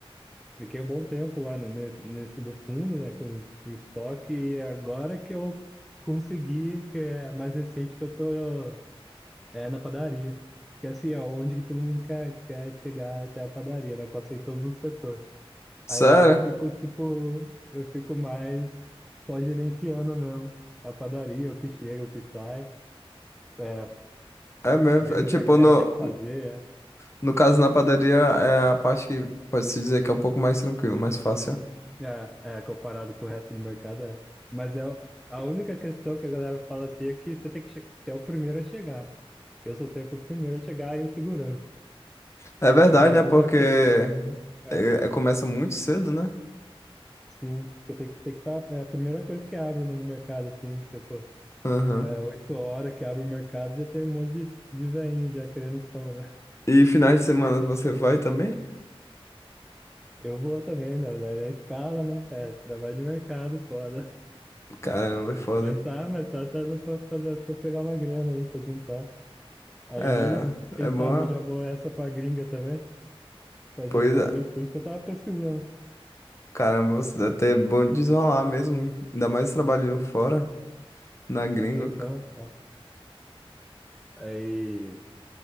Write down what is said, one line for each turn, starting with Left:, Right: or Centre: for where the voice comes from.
Centre: fiquei um bom tempo lá, né, nesse, nesse do fundo, né, com, com estoque, e agora que eu consegui, que é mais recente que eu tô é, na padaria. Porque assim, é onde que todo mundo quer, quer chegar até a padaria, né? Eu passei todos os setores.
Left: Sério?
Centre: Aí lá eu fico, tipo, eu fico mais só gerenciando mesmo. A padaria, o que chega, o que sai, é,
Left: É mesmo.
Centre: vendo
Left: É tipo,
Centre: o que a galera
Left: no,
Centre: tem que fazer,
Left: no caso na padaria é a parte que pode-se dizer que é um pouco mais tranquilo, mais fácil.
Centre: é, é, é, comparado com o resto do mercado. É. Mas é o- a única questão que a galera fala assim é que você tem que che- você é o primeiro a chegar. Eu sou sempre o primeiro a chegar e o segurança.
Left: É verdade,
Centre: Segurança
Left: né? Porque
Centre: é o que. É,
Left: é- é- começa muito cedo, né?
Centre: sim, porque tem, que- tem que estar. é a primeira coisa que abre, né, no mercado, assim, se for.
Left: Aham.
Centre: É, oito horas que abre o mercado, já tem um monte de, de veinho já querendo os pão, né?
Left: E finais de semana
Centre: <laughs>
Left: você vai também?
Centre: Eu vou também, na, na, na escala, né? É, trabalho de mercado, foda.
Left: Caramba, é foda,
Centre: Mas
Left: hein?
Centre: tá, mas tá, tá, tá pra, fazer- pra pegar uma grana aí, pra juntar. Aí,
Left: É,
Centre: quem
Left: é
Centre: sabe
Left: bom. ah.
Centre: eu já vou essa pra gringa também, fazer
Left: Pois
Centre: alguma
Left: é.
Centre: coisa, por isso que eu tava pesquisando.
Left: Caramba, você até é bom desenrolar mesmo. Ainda mais trabalhando fora, na gringa.
Centre: Então, ó, aí,